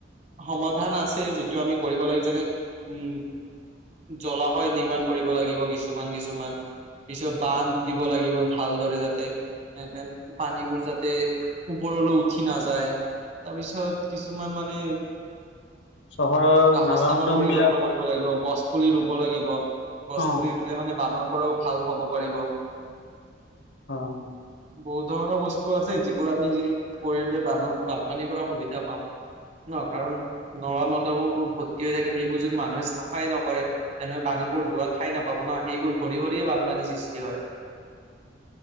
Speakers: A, on the right; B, on the left.
A: সমাধান আছে, যিটো আমি কৰিব লাগে যেনে, উম জলাশয় নিৰ্মাণ কৰিব লাগিব, কিছুমান-কিছুমান। পিছত বান্ধ দিব লাগিব, ভালদৰে যাতে <unintelligible> পানীবোৰ যাতে, ওপৰলৈ উঠি নাযায়। তাৰপিছত কিছুমান মানে,
B: চহৰৰ
A: বাসস্থানৰ
B: নালা নৰ্দম
A: পৰিকল্পনা
B: বিলাক
A: কৰিব ৰুব লাগিব, গছ পুলি ৰুব লাগিব। গছ
B: অ
A: পুলি ৰুলে মানে, বানৰ পৰাও ভাল হ'ব পাৰিব।
B: অ'।
A: বহুত ধৰণৰ বস্তু আছে, যিবোৰ আমি কৰিলে বানৰ, বানপানী পৰা সুবিধা পাম। ন', কাৰণ, নৰ নৰ্দমা বোৰ ভৰ্তি হৈ থাকিলে, সেইবোৰ যদি মানুহে চাফাই নকৰে তেনে পানীবোৰ যোৱা ঠাই নাপাব ন', সেইবোৰ ভৰি-ভৰিয়ে বানপানী সৃষ্টি হয়।